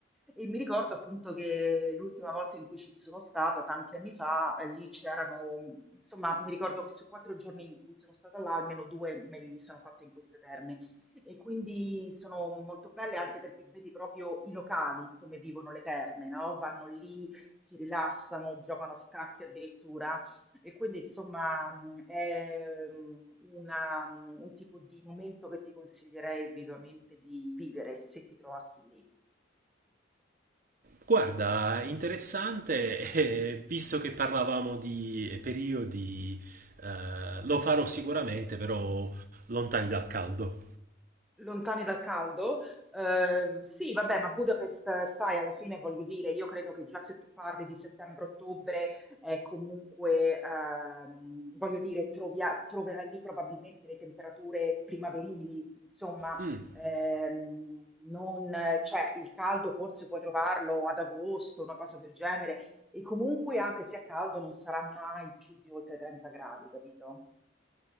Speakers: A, in the centre; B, on the right (about 45°).
A: e mi ricordo appunto che l'ultima volta in cui ci sono stata, tanti anni fa, eh, lì c'erano, mh, insomma, mi ricordo che su quattro giorni in cui sono stata là, almeno due me li sono fatte in queste terme. E quindi sono molto belle anche perché vedi proprio i locali come vivono le terme, no? Vanno lì, si rilassano, giocano a scacchi addirittura. E quindi insomma mh, è mh, una- mm, un tipo di momento che ti consiglierei vivamente di vivere se ti trovassi lì.
B: Guarda, interessante, eh, visto che parlavamo di periodi, eh, lo farò sicuramente, però lontani dal caldo.
A: Lontani dal caldo? Eh, sì, vabbè, ma Budapest, sai, alla fine voglio dire, io credo che già se tu parli di settembre-ottobre, è comunque, ehm, voglio dire, trovia- troverai lì probabilmente le temperature primaverili, insomma,
B: Mm.
A: ehm, non, cioè, il caldo forse puoi trovarlo ad agosto, una cosa del genere, e comunque anche se è caldo non sarà mai più di oltre 30 gradi, capito?